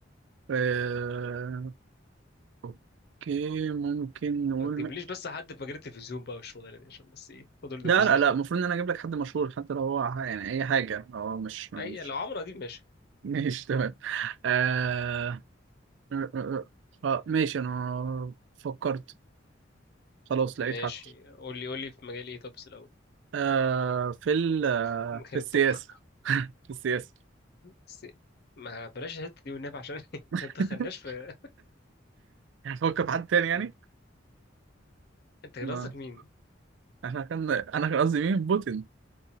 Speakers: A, on the right; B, on the left.
A: آه... اوكي ممكن نقول
B: ما تجيبليش
A: م...
B: بس حد في مجال التلفزيون بقى والشغلانه دي عشان بس ايه فضل ده
A: لا
B: مذيع
A: لا لا المفروض ان انا اجيب لك حد مشهور حتى لو هو ح- يعني اي حاجه هو مش مش
B: اي لو عمرو اديب ماشي
A: ماشي تمام آه... آه... آه، آه، آه، ماشي انا فكرت خلاص
B: ماشي
A: لقيت حد
B: قول لي قول لي في مجال ايه طب بس الاول
A: آه... في ال... آه،
B: <laughs> مجال
A: في السياسه
B: الطبخ
A: في السياسه
B: بس ما بلاش الحته دي والنبي عشان <laughs>
A: <laughs>
B: ما تدخلناش في
A: هفكر في حد تاني يعني
B: م. انت كان
A: ما
B: قصدك مين
A: احنا كان انا كان قصدي مين بوتين